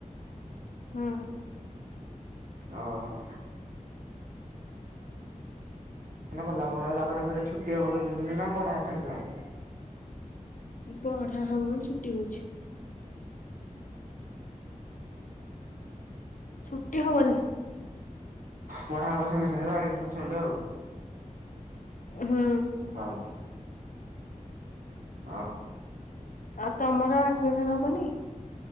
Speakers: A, on the left; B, on the right.
A: ହୁଁ।
B: ଓହୋ। ଏଇନା ଗଲା ପରେ ତାପରେ ଫେରେ ଛୁଟି ହବ କେତେ ଦିନିନା ପଢ଼ା ସାଙ୍ଗେ ସାଙ୍ଗେ?
A: ପଢା ହବା ଛୁଟି ହଉଛି। ଛୁଟି ହବନି।
B: ପଢା ହବ ସାଙ୍ଗେ ସାଙ୍ଗେ ତ ଆଡମିସନ ସଇଲେ ଆଉ।
A: ହୁଁ।
B: ଭଲ <unintelligible>
A: ଆଉ ତମର ଆଡମିସନ ହବନି?